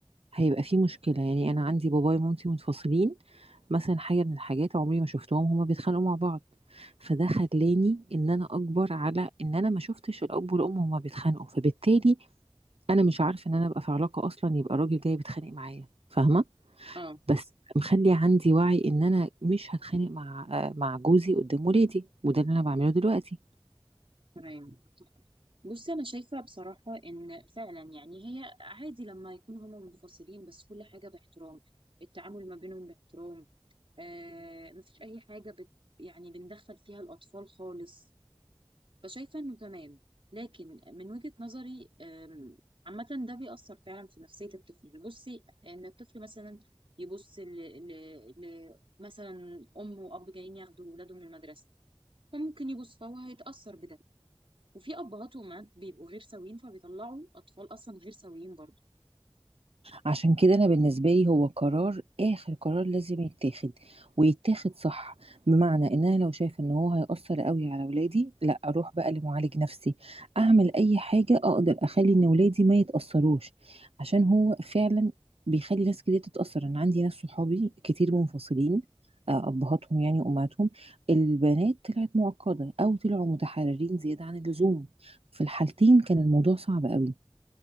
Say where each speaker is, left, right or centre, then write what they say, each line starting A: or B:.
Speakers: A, on the right (about 85°); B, on the right (about 65°).
A: هيبقى فيه مشكله يعني انا عندي بابايا ومامتي منفصلين مثلا حاجه من الحاجات عمري ما شفتهم هما بيتخانقوا مع بعض فده خلاني ان انا اكبر على ان انا ما شفتش الاب والام هما بيتخانقوا فبالتالي انا مش عارفه ان انا ابقى في علاقه اصلا يبقى راجل جاي بيتخانق معايا فاهمه
B: اه
A: بس مخلي عندي وعي ان انا مش هتخانق مع آه، مع جوزي قدام ولادي وده اللي انا بعمله دلوقتي
B: تمام بصي انا شايفة بصراحة ان فعلا يعني هي عادي لما يكونوا هما منفصلين بس كل حاجة باحترام التعامل ما بينهم باحترام آه مفيش اي حاجة بت يعني بندخل فيها الاطفال خالص فشايفة انه تمام لكن من وجهة نظري أم، عامة ده بيأثر فعلا في نفسية الطفل بصي ان الطفل مثلا يبص ل... ل... ل... مثلا ام واب جايين ياخدوا ولاده من المدرسة فممكن يبص فهو هيتأثر بده وفي ابهات وامهات بيبقوا غير سويين فبيطلعوا اطفال اصلا غير سويين برضه
A: عشان كده انا بالنسبه لي هو قرار اخر قرار لازم يتاخد ويتاخد صح بمعنى ان انا لو شايفه ان هو هيأثر قوي على ولادي لا اروح بقى لمعالج نفسي اعمل اي حاجه اقدر اخلي ان ولادي ما يتأثروش عشان هو فعلا بيخلي ناس كتير تتأثر انا عندي ناس صحابي كتير منفصلين آه، ابهاتهم يعني وامهاتهم البنات طلعت معقده او طلعوا متحررين زياده عن اللزوم في الحالتين كان الموضوع صعب قوي